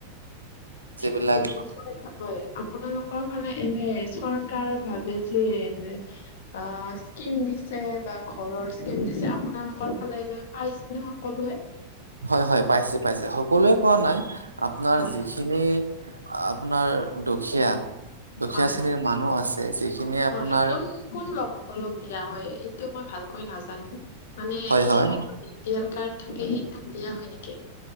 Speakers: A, on the right; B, on the left.
A: যিবিলাক
B: আপোনালোকৰ ফালে এনে চৰকাৰ ভাবে যে এনে অ স্কিম দিছে বা ঘৰৰ স্কিম দিছে আপোনালোকৰ ফালে এনে পাইছে নে সকলোৱে?
A: হয় হয় পাইছে পাইছে হ সকলোৱে পোৱা নাই আপোনাৰ
B: হয়
A: যিখিনি
B: হয়
A: আপোনাৰ দুখীয়া দুখীয়া
B: হয়
A: শ্ৰেণীৰ
B: হয়
A: মানুহ আছে যিখিনি
B: হয়
A: আপোনাৰ
B: কোন কোন লোকসকলক দিয়া হয়? টো মই ভালকৈ নাজানো মানে
A: হয়
B: কিছুমান
A: হয়
B: বি পি এল কাৰ্ড থাকে সেইটোক দিয়া হয় নেকি?